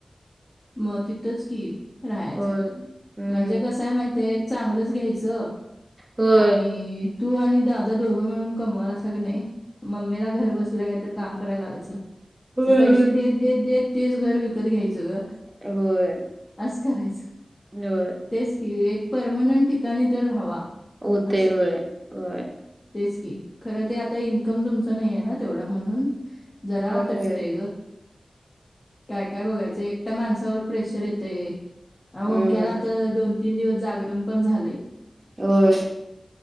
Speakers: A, on the left; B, on the right.
A: मग तिथेच की, राहायचं
B: होय हम्म
A: म्हणजे कसा आहे. माहिती एक चांगलंच घ्यायचं.
B: होय.
A: आणि तू आणि दादा दोघं म्हणून कमवालाय सा का नाही. मम्मीला घर बसल्या, काय तर काम करायला लावायचं.
B: होय
A: ते
B: होय.
A: पैसे देत देत देत तेच घर विकत घ्यायचं ग.
B: होय,
A: असं करायचं.
B: <inaudible>
A: तेच कि, एक परमनंट ठिकाणी तर राहावा.
B: हो
A: असं.
B: ते होय होय.
A: तेच की, खरं ते आता इन्कम तुमचं नाही आहे. ना तेवढं म्हणून जरा
B: होय.
A: तटय ग. काय काय बघायचं, एकट्या माणसावर प्रेशर येतय. ओमक्याला
B: हम्म
A: आता दोन -तीन दिवस जागरण पण झालय.
B: होय.